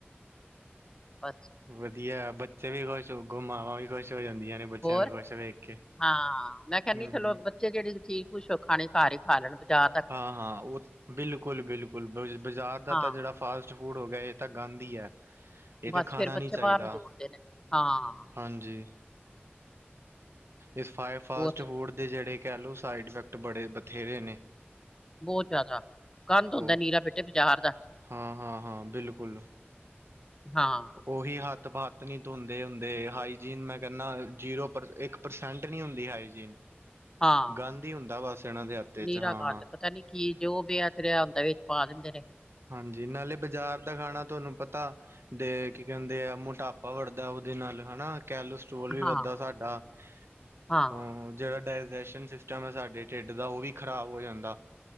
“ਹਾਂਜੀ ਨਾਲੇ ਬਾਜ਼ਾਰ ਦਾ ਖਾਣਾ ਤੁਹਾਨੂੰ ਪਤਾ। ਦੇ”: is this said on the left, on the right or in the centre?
Right